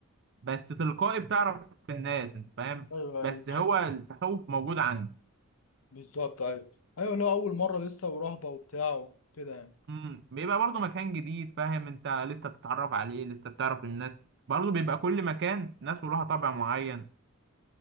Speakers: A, on the right; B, on the left.
A: بس تلقائي بتعرف الناس انت فاهم
B: ايوه
A: بس
B: ايوه ده
A: هو
B: حقيقي
A: التخوف موجود عندي
B: بالظبط ايوه ايوه لو اول مره لسه ورهبه وبتاع كده يعني
A: امم بيبقى برضه مكان جديد فاهم انت لسه بتتعرف عليه لسه بتعرف الناس برضه بيبقى كل مكان ناس ولها طبع معين